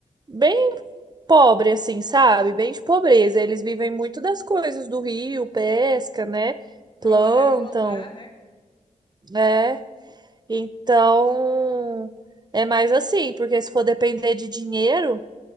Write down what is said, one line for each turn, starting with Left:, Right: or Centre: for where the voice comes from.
Right: bem pobre, assim, sabe? Bem de pobreza. Eles vivem muito das coisas do rio, pesca, né? Plantam,
Left: lá deve plantar, né?
Right: né? Então, é mais assim, porque se for depender de dinheiro,